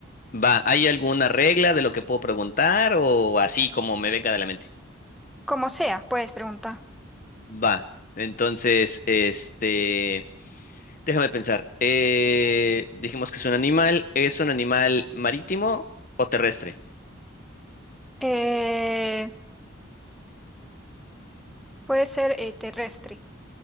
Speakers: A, on the left (about 40°); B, in the centre.
A: Va, ¿hay alguna regla de lo que puedo preguntar o así como me venga de la mente?
B: Como sea, puedes preguntar.
A: Va, entonces, este, déjame pensar. Eh, dijimos que es un animal, ¿es un animal marítimo o terrestre?
B: Eh, puede ser eh, terrestre.